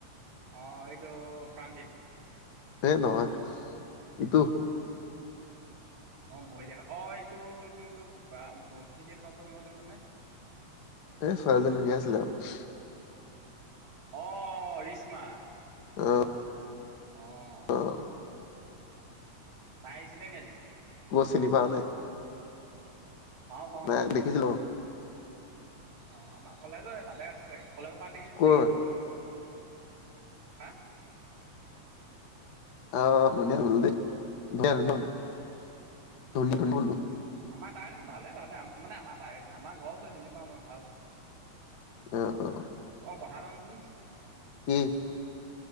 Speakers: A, on the right; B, on the left.
A: অঁ এইটো প্ৰাণজিত।
B: সেই নহয়, ইটো-
A: মই বহী দেখা, অঁ এইটো এইটো এইটো বহী দেখাব যাওঁঁতে মানে
B: এই ছোৱালীজনী ধুনীয়া আছিলে আৰু।
A: অঁ ৰিশ্মা।
B: অঁ।
A: অঁ।
B: অঁ।
A: তাই আহিছিলে নে আজি?
B: কৰ চিনি পাওঁ নাই?
A: পাওঁ পাওঁ
B: নাই দেখিছিলোঁ অ।
A: অঁ আমাৰ কলেজৰে তাতে আছে, কলেজৰ পাৰ্ক দেখিছিলি
B: ক'ৰ?
A: নেকি হাঁ?
B: <inaudible>
A: অঁ, আমাৰ তাৰে ভালেই ভালে মানে আমাৰ তাৰেই যে আমাৰ ঘৰৰ ওচৰৰ চিনি পাওঁ মই ভাল।
B: অঁ, অঁ।
A: অঁ কথা এটা শুনচোন।
B: কি?